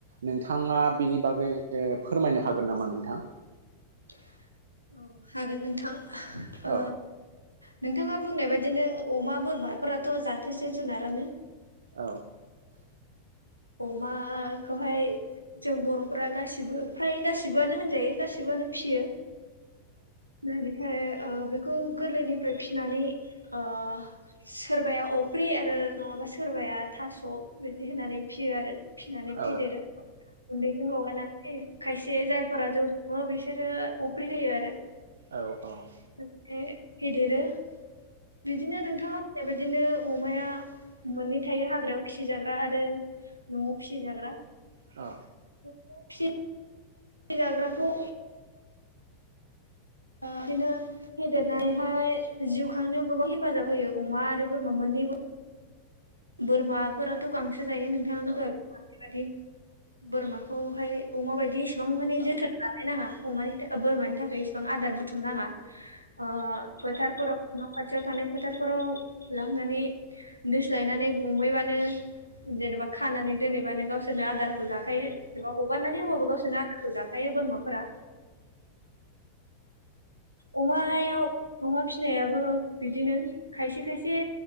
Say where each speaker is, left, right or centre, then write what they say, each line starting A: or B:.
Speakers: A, on the right; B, on the right.
A: नोंथाङा बेनि बागै फोरमायनो हागोन नामा नोंथां
B: <inaudible> औ हागोन नोंथां
A: औ
B: ओ नोंथाङा बुंनाय बाददिनो अमा बोरमाफोराथ' जाथोसे जुनारानो
A: औ
B: अमाखौहाय जों बर'फोरा गासिबो फ्राय गासिबोआनो होनजायो गासिबो बानो फियो फिनानैहाय ना ओरैहाय ओ बेखौ गोरलैनिफ्राय फिनानै ओ सोरबाया अफ्रि आरो नङा बा सोरबाया थास' बिदि होनानै फियो आरो फिसिनानै
A: औ
B: फेदेरो गुन्दैजों लगायनानै खायसे जायफोरा जौ सङो बे बिसोरो आरो अप्रिं होयो आरो
A: औ औ
B: ओमफ्राय फेदेरो बिदिनो नोंथाङा बेबायदिनो अमाया मोननै थायो हाग्रायाव फिसिजाग्रा आरो न'आव फिसि जाग्रा
A: औ
B: <unintelligible> दै जाग्राखौ बिदिनो फेदेरनानैहाय जिउ खांनायाव गोबां हेफाजाब होयो अमा आरो बोरमा मोननैबो बोरमा फोरथ' गांसो जायो नोंथाङानो दह बेबायदि बोरमाखौहाय अमा बायदि इसिबां माने जोथोन लानाय नाङा अमानि थाखाय बोरमानि थाखाय गोबां आदार बुथुम नाङा ओ फोथारफोराव न' खाथियाव थानाय फोथारफोराव लांनानै दोस्लायनानै गुमैबानो जेनेबा खानानै दोनबानो गावसोरनो आदारखौ जाखायो जेनेबा हगारनानै होबाबो गावसोरनो आदारखौ जाखा यो बोरमा फारा अमायाव अमा फिनायाबो बिदिनो खायसे- खायसे